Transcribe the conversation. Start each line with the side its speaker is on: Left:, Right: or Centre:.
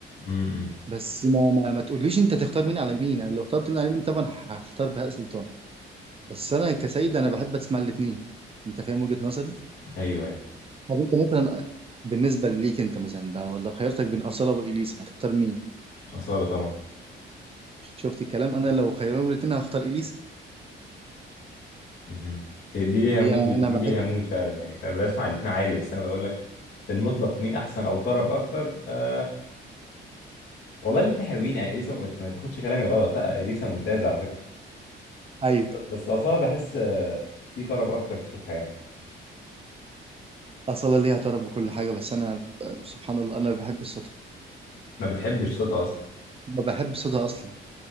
Left: امم
Right: بس ما ما, ما تقوليش انت تختار مين على مين انا لو اخترت مين على مين طبعا هختار بهاء سلطان بس انا كسيد انا بحب اسمع الاثنين انت فاهم وجهة نظري
Left: ايوه ايوه
Right: طب انت مثلا بالنسبه ليك انت مثلا لو لو خيرتك بين اصاله واليسا هتختار مين
Left: أصالة طبعا
Right: شفت الكلام انا لو خيروني الاثنين هختار اليسا
Left: امم هي دي ليها
Right: ليه
Left: مود ودي
Right: انا بحب
Left: ليها مود فعلا يعني انا بسمع الاتنين عادي بس انا بقول لك في المطلق مين احسن او طرب اكتر آه والله الاتنين حلوين يعني اليسا ما ما تاخدش كلامي غلط لا اليسا ممتازة على فكرة
Right: <laughs> ايوه
Left: بس بس أصالة بحس آه، في طرب اكتر في صوتها يعني
Right: اصاله ليها طرب وكل حاجه بس انا سبحان الله انا بحب صوتها
Left: ما بتحبش صوتها اصلا
Right: ما بحب صوتها اصلا